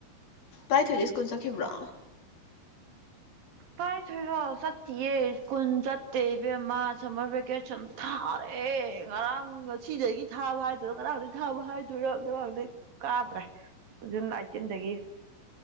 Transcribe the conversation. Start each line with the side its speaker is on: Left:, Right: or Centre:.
Left: ꯄꯥꯏꯊꯣꯏ ꯀꯨꯟ ꯆꯠꯈꯤꯕ꯭ꯔꯣ
Right: ꯄꯥꯏꯊꯣꯏꯔꯣ ꯆꯠꯇꯌꯦ ꯁ꯭ꯀꯨꯜ ꯆꯠꯇꯦ ꯏꯕꯦꯝꯃ ꯁꯝꯃꯔ ꯚꯦꯀꯦꯁꯟ ꯊꯥꯔꯦ ꯉꯔꯥꯡ ꯉꯁꯤꯗꯒꯤ ꯊꯥꯕ ꯍꯥꯏꯗꯣꯏꯔꯥ ꯉꯔꯥꯡꯗꯒꯤꯩ ꯊꯥꯕ ꯍꯥꯏꯗꯣꯏꯔꯣ ꯉꯔꯥꯡꯗꯒꯤꯩ ꯀꯥꯗ꯭ꯔꯦ ꯖꯨꯟ ꯑꯥꯏꯇꯤꯟꯒꯤ